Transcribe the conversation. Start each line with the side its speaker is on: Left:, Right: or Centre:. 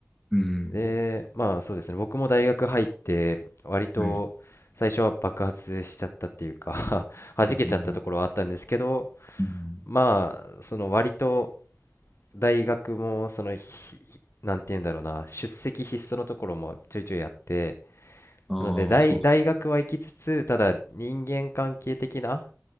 Centre: うん。
Left: で、まあそうですね、僕も大学入って、割と最初は爆発しちゃったっていうか
Centre: はい。
Left: <laughs> 弾けちゃったところはあったんですけど、
Centre: うん。うん
Left: まあ、その割と大学も、そのひ、なんて言うんだろうな、出席必須のところもちょいちょいやって、
Centre: ああ、
Left: なので大、
Centre: そう
Left: 大学は行きつつ、ただ人間関係的な